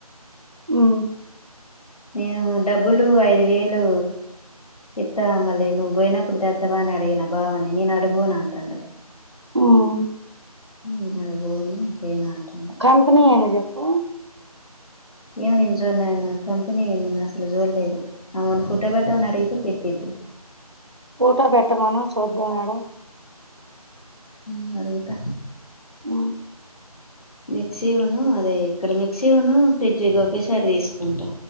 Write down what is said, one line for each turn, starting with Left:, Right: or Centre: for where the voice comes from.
Right: ఉ
Left: నేను డబ్బులు ఐదువేళ్లు ఇత్త మళ్లీ నువ్వు పోయినప్పుడు తెత్తవా అని అడిగిన బావని నేను అడుపోను అంటాడు
Right: ఉమ్
Left: నేను అటు పోను తేను అంటాండు
Right: కంపేనీ ఏంది చెప్పు
Left: ఏమో నేను చూడ కంపెనీ అసలు చోడలేదు ఆమేను ఫోటో పెట్టమని అడిగితే పెట్టిద్ది
Right: ఫోటో పెట్టమను చూద్దాం ఇడ
Left: ఉం అడుగుతా
Right: హ్మ్
Left: మిక్సీ ఉను అది ఇక్కడ మిక్సీ ఉను ఫ్రిడ్జ్ ఒకేసారి తీసుకుంటా